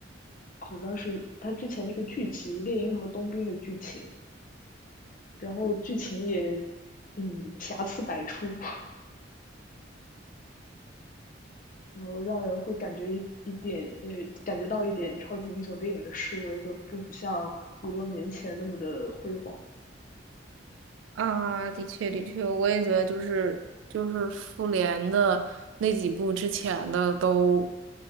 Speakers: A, on the left (about 45°); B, on the right (about 80°).
A: 好像是他之前那个剧集《猎鹰和冬兵》的剧情，然后剧情也嗯瑕疵百出。然后让人会感觉一一点，呃，感觉到一点超级英雄电影的示威，就并不像五六年前那么的辉煌。
B: 啊，的确，的确，我也觉得就是就是复联的那几部之前的都